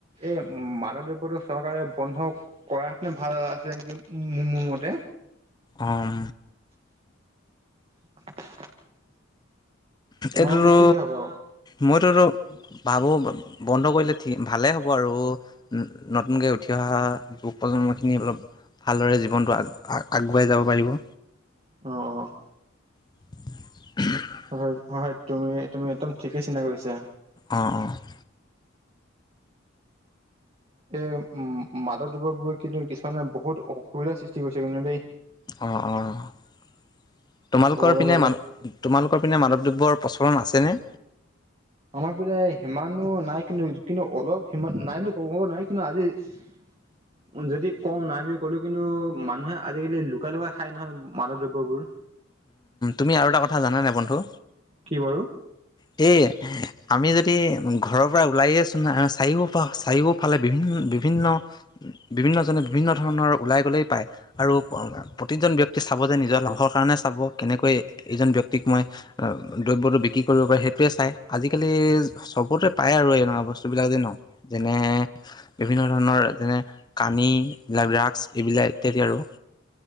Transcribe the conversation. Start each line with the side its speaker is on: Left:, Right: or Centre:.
Right: এই মাদক দ্ৰৱ্যটো চৰকাৰে বন্ধ কৰা হেতেন ভাল আছিলে নেকি মোৰ মতে।
Left: অম।
Right: <inaudible> তোমাৰ
Left: এইটোৰো
Right: মতে কি বুলি ভাবা
Left: মইতোতো ভাবোঁ বন্ধ কৰিলে ভালেই হ'ব আৰু। নতুনকৈ উঠি অহা যুৱ প্ৰজন্মখিনি অলপ ভালদৰে জীৱনটো আগ আগুৱাই যাব পাৰিব।
Right: অ'।
Left: উ <unintelligible>
Right: হয়, হয় তুমি, তুমি একদম ঠিকেই চিন্তা কৰিছা।
Left: অ', অ'।
Right: এই উম, উম মাদক দ্ৰব্যবোৰ কিন্তু কিছুমানে বহুত অসুবিধাৰ সৃষ্টি কৰিছে কিন্তু দেই।
Left: অ', অ', তোমালোকৰ
Right: ক'বলৈ
Left: পিনে
Right: গ'লে
Left: মানু তোমালোকৰ পিনে মাদকদ্ৰব্যৰ প্ৰচলন আছেনে?
Right: আমাৰ পিনে সিমানো নাই কিন্তু, কিন্তু অলপ সি নাই বুলি ক'ব ক'ব নোৱাৰি, কিন্তু আজি <inaudible> যদি কম নাই বুলি ক'লোঁ কিন্তু মানুহে আজিকালি লুকাই, লুকাই খাই নহয় মাদক দ্ৰব্যবোৰ।
Left: তুমি আৰু এটা কথা জানা নে বন্ধু।
Right: কি বাৰু?
Left: সেয়ে এই আমি যদি ঘৰৰ পৰা ওলাই আছো চাৰিও পা চাৰিও ফালে বিভিন্ন, বিভিন্ন বিভিন্নজনে বিভিন্ন ধৰণৰ ওলাই গ'লেই পায়। আৰু প্ৰতিজন ব্যক্তিয়ে চাব যে নিজৰ লাভৰ কাৰণে চাব কেনেকৈ এইজন ব্যক্তিক মই দ্ৰব্যটো বিক্ৰী কৰিব পাৰে সেইটোয়ে চাই আজিকালি সবতে পায় আৰু এনেকোৱা বস্তু বিলাক যে ন যেনে বিভিন্ন ধৰণৰ যেনে কানী <unintelligible> ড্ৰাগছ এইবিলাক ইত্যাদি আৰু